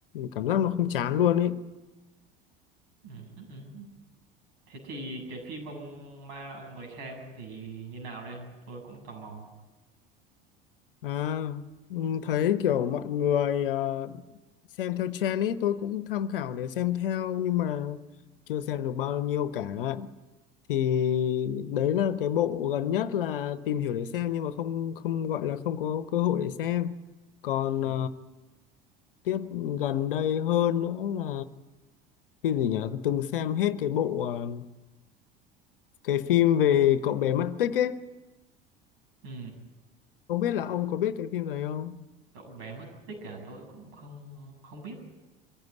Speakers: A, on the left (about 65°); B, on the right (about 60°).
A: cảm giác nó không chán luôn ấy
B: ừ. ừ. ừ. thế thì cái phim ông ma ông mới xem thì như nào đây không tôi cũng tò mò
A: À, ừ, thấy kiểu mọi người ờ, xem theo trend ấy tôi cũng tham khảo để xem theo nhưng mà chưa xem được bao nhiêu cả thì đấy là cái bộ gần nhất là tìm hiểu để xem nhưng mà không không gọi là không có cơ hội để xem còn
B: ừ
A: ờ, tiếp gần đây hơn nữa là phim gì nhỉ từng xem hết cái bộ ờ, cái phim về cậu bé mất tích ấy
B: ừ
A: không biết
B: cậu,
A: là ông có biết cái phim này không
B: cậu bé mất tích à tôi cũng không không biết